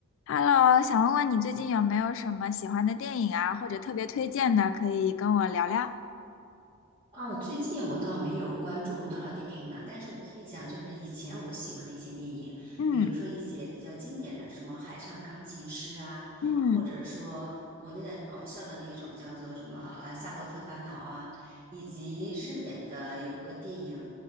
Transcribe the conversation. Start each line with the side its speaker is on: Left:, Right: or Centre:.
Left: Hello，想问问你最近有没有什么喜欢的电影啊，或者特别推荐的，可以跟我聊聊？
Right: 哦，最近我倒没有关注多少电影了，但是我可以讲，就是以前我喜欢的一些电影，
Left: 嗯
Right: 比如说一些比较经典的，什么《海上钢琴师》啊，
Left: 嗯，
Right: 或者说国内的搞笑的那种叫做什么啊《夏洛特烦恼》啊，以及日本的有个电影，